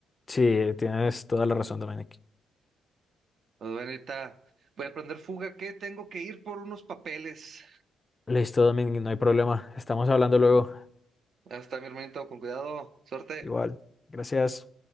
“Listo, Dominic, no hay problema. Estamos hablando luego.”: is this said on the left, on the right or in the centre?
Left